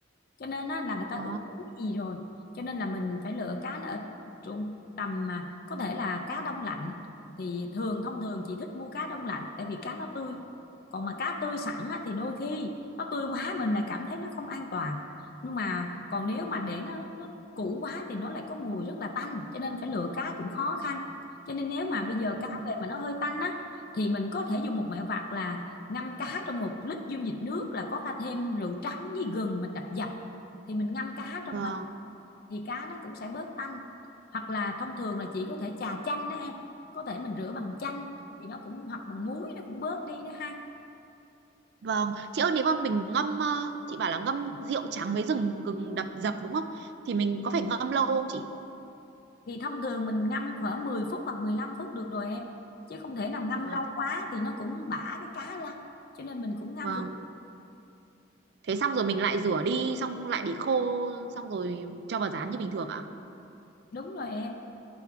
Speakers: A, on the left; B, on the right.
A: cho nên á, là người ta
B: ờ
A: ướp đến cái gì rồi cho nên là mình phải lựa cá nó ở trung tầm mà có thể là cá đông lạnh thì thường thông thường chị thích mua cá đông lạnh tại vì cá nó tươi còn mà cá tươi sẵn á, thì đôi khi nó tươi quá mình lại cảm thấy nó không an toàn nhưng mà còn nếu
B: Ừ.
A: mà để nó nó cũ quá thì nó lại có mùi rất là tanh cho nên phải lựa cá cũng khó khăn cho nên nếu mà bây giờ
B: Ừ.
A: cá về mà nó hơi tanh á thì mình có thể dùng một mẹo vặt là ngâm cá trong một lít dung dịch nước là có pha thêm rượu trắng với gừng mình đập dập thì mình ngâm cá
B: vâng
A: trong đó thì cá nó cũng sẽ bớt tanh hoặc là thông thường là chỉ có thể chà chanh đó em có thể mình rửa bằng chanh thì nó cũng hoặc bằng muối nó cũng bớt đi đó ha
B: vâng chị ơi nếu mà mình ngâm ờ, chị bảo là ngâm rượu trắng với gừng gừng đập dập đúng không thì mình có phải ngâm lâu không chị
A: thì thông thường mình ngâm khoảng 10 phút hoặc 15 phút được rồi em chứ không thể nào ngâm
B: Ờ,
A: lâu
B: thế,
A: quá thì nó cũng bã cái cá ra cho nên mình cũng ngâm
B: vâng
A: vừa
B: thế xong rồi mình lại rửa đi xong lại để khô xong rồi cho vào rán như bình thường ạ
A: đúng rồi em